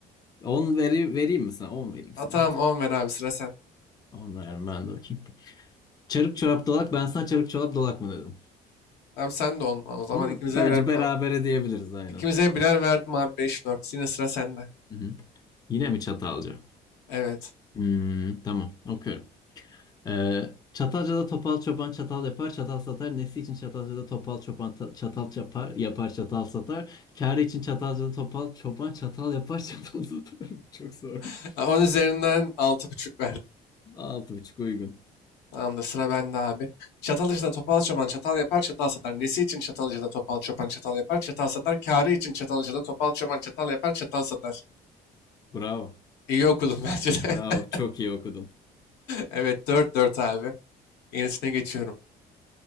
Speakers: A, on the left; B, on the left.
A: 10 veri, vereyim mi sana? 10 vereyim
B: Ha
A: sana
B: tamam
A: hadi.
B: 10 ver abi sıra sende.
A: On veririm ben de okuyayım. Çarık çorap dolak ben sana çarık çorap dolak mı dedim?
B: Abi sen de 10 o zaman
A: Bunu
B: ikimize
A: bence
B: birer puan.
A: berabere diyebiliriz aynen.
B: İkimize birer verdim abi 5-4. Yine sıra sende.
A: Hı hı. Yine mi çatalca?
B: Evet.
A: Hmm, tamam okuyorum. Ee, Çatalca'da topal çoban çatal yapar, çatal satar. Nesi için Çatalca'da topal çoban ta- çatal yapar, yapar çatal satar. Kârı için Çatalca'da topal çoban çatal yapar, <laughs> çatal satar. Bu çok zormuş.
B: <laughs> 10 üzerinden altı buçuk verdim.
A: Altı buçuk uygun.
B: Tamam da sıra bende abi. Çatalcıda topal çoban çatal yapar çatal satar. Nesi için çatalcıda topal çoban çatal yapar çatal satar. Kârı için çatalcıda topal çoban çatal yapar çatal satar.
A: Bravo.
B: İyi okudum bence de.
A: Bravo.
B: <laughs>
A: Çok iyi okudun.
B: Evet 4-4 abi. Yenisine geçiyorum.